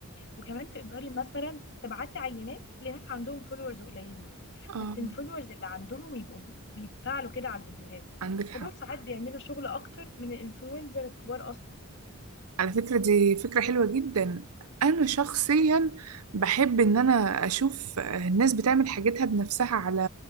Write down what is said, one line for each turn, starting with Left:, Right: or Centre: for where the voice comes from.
Left: وكمان تقدري مثلا تبعتي عينات لناس عندهم فولورز قليلين
Right: اه
Left: بس الفولورز اللي عندهم يبقوا بيتفاعلوا كده على الفيديوهات
Right: عندك حق
Left: فدول ساعات بيعملوا شغل اكتر من الانفلونزر الكبار اصلا
Right: على فكرة دي فكرة حلوة جدا انا شخصيا بحب ان انا اشوف الناس بتعمل حاجتها بنفسها على